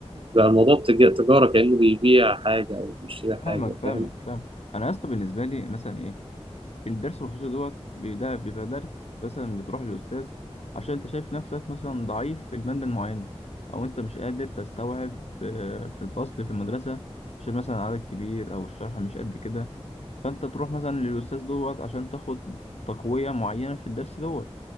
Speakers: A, on the right; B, on the left.
A: بقى الموضوع تج- تجارة كأنه بيبيع حاجة او بيشتري
B: فاهمك
A: حاجة
B: فاهمك
A: فاهم
B: فاهم أنا يا اسطى بالنسبة لي مثلا إيه؟ الدرس الخصوصي دوت بي- ده بيبقى درس مثلا بتروح للأستاذ عشان أنت شايف نفسك مثلا ضعيف في المادة المعينة أو أنت مش قادر تستوعب آه، في الفصل في المدرسة عشان مثلا عدد كبير أو الشرح مش قد كده فأنت تروح مثلا للأستاذ دوت عشان تاخد تقوية معينة في الدرس دوت